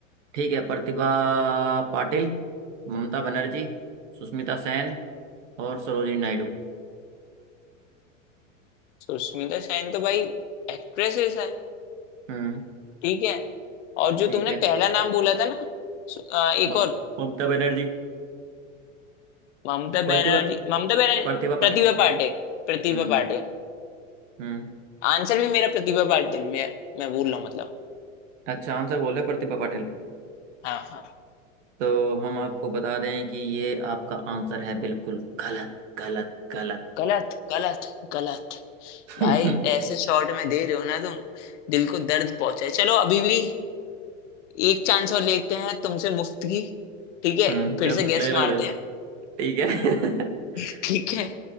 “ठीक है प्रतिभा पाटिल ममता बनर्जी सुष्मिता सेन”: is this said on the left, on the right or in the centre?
Right